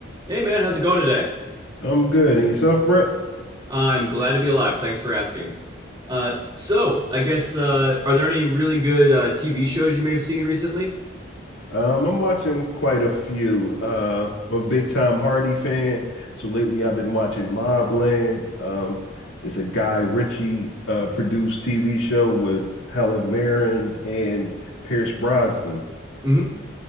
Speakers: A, on the right (about 20°); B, on the left (about 85°).
A: Hey man, how's it going today?
B: I'm good. And yourself, Brett?
A: I'm glad to be alive. Thanks for asking. Uh, so I guess uh, are there any really good uh, TV shows you may have seen recently?
B: Um, I'm watching quite a few. Uh, I'm a big Tom Hardy fan. So lately I've been watching Mobland. Um, it's a Guy Ritchie uh, produced TV show with Helen Mirren and Pierce Brosnan.
A: hmm